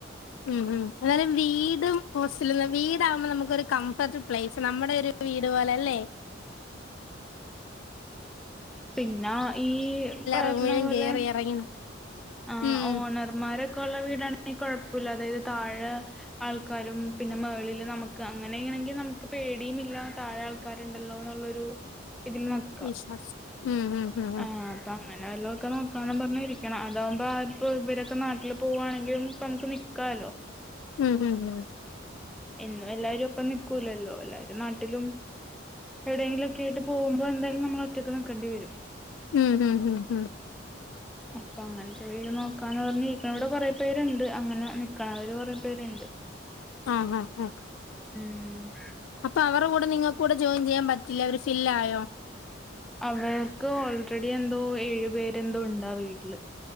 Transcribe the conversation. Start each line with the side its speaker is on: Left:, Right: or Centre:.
Left: ഉം ഹം അായാലം വീടും ഹോസ്റ്റല വീടാകുമ്പോൾ നമുക്കൊരു കംഫർട്ട് പ്ലേസ് നമ്മുടെ ഒരു വീട് പോലല്ലേ
Centre: പിന്നാ ഈ പറഞ്ഞ
Left: റൂമിലും
Centre: പോലെ
Left: കേറി ഇറങ്ങി
Centre: ആഹ
Left: ഉം
Centre: ഓണർമാരെ ള്ള വീടാണെ കുഴപ്പമില്ല അതായത് താഴെ ആൾക്കാരും പിന്നെ മേളിൽ നമുക്ക് അങ്ങനെ എങ്കിൽ നമുക്ക് പേടിയും ഇല്ല താഴെ ആൾക്കാരുണ്ടല്ലോന്നുള്ളരു ഇതിൽ നിക്കാം
Left: വിശ്വാസം ഉം ഉം ഉം
Centre: ആഹ് അപ്പ അങ്ങനെ വല്ലോ ഒക്കെ നോക്കാ പറഞ്ഞിരിക്കണം അതാകുമ്പോ ഇവരൊക്കെ നാട്ടിൽ പോകവാണെങ്കിൽ നമുക്ക് നിക്കാം ആല്ലൊ
Left: ഉം ഉം ഉം
Centre: എന്നും എല്ലാരും ഒപ്പം നിക്കൂലല്ലോ എല്ലാരും നാട്ടിലും എവിടെയെങ്കിലും ഒക്കെ ആയിട്ട് പോകുമ്പോ എന്തായാലും നമ്മൾ ഒറ്റക്ക് നിൽക്കേണ്ടി വരും
Left: ഉം ഉം
Centre: അപ്പൊ അങ്ങനത്തെ വീട് നോക്കാന്ന് പറഞ് നിക്കണ ഇവിടെ കൊറെ പേരുണ്ട് അങ്ങനെ നിക്കണവര് കൊറെ പേരുണ്ട്
Left: ആഹ ആഹ് ആഹ
Centre: മം
Left: അപ്പൊ അവരെ കൂടെ നിങ്ങക്കൂടെ ജോയിൻ ചെയ്യാൻ പറ്റില്ലേ ഒര് ഫില്ലായോ?
Centre: അവർക്ക് ഓൾറെഡി എന്തോ ഏഴു പേരെന്തോ ഉണ്ടാ വീട്ടില്